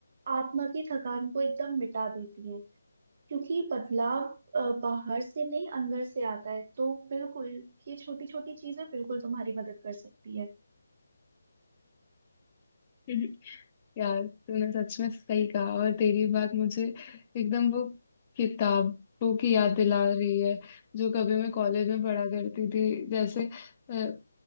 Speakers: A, on the right (about 35°); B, on the left (about 30°).
A: आत्मा की थकान को एकदम मिटा देती हैं क्योंकि बदलाव अ, बाहर से नहीं अंदर से आता है तो बिल्कुल ये छोटी छोटी चीजें बिल्कुल तुम्हारी मदद कर सकती है
B: <laughs> यार तूने सच में सही कहा और तेरी बात मुझे एकदम वो किताबों की याद दिला रही है जो कभी मैं कॉलेज में पढ़ा करती थी जैसे अ,